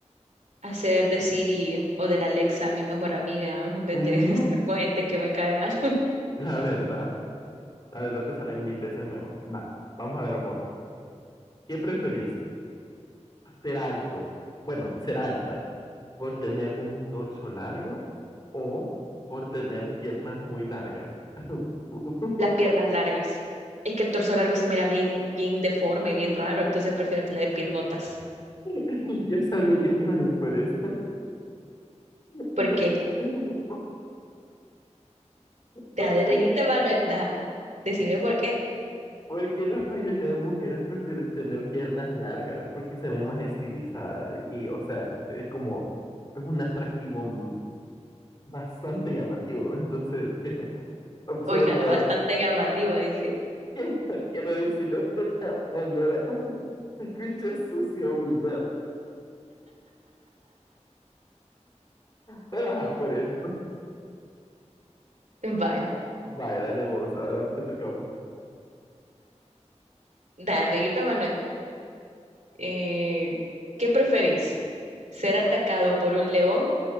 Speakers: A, on the right (about 80°); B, on the left (about 35°).
A: hacer de Siri o de la Alexa mi mejor amiga en vez
B: Ujú,
A: de <laughs> estar con gente que me cae mal.
B: La verdad, la verdad te sale mil veces mejor. Va, vamos a ver vos. ¿Qué preferís? ¿Ser alto? Bueno, ser alta por tener un torso largo o por tener piernas muy largas. <laughs>
A: las piernas largas. Es que el torso largo se mira bien, bien deforme, bien raro, entonces prefiero tener piernotas.
B: <laughs> Yo sabía que te ibas a ir por eso. <laughs>
A: ¿Por qué? Ya
B: Porque,
A: de reírte, Manuela. Decime por qué.
B: porque la mayoría de mujeres prefieren tener piernas largas porque se ven más estilizadas y, o sea, es como, es un atractivo m- bastante llamativo. Entonces, eh, sobre
A: Oiga,
B: todo,
A: no, bastante llamativo, dice.
B: <laughs> quiero, quiero decirlo de esta manera, <laughs> se escucha sucio, vulgar, pero ajá, por eso.
A: Vaya,
B: Vaya, dale vos, ahora te toca a vos.
A: da de reírte, Manuel. Eh, ¿qué preferís? ¿Ser atacado por un león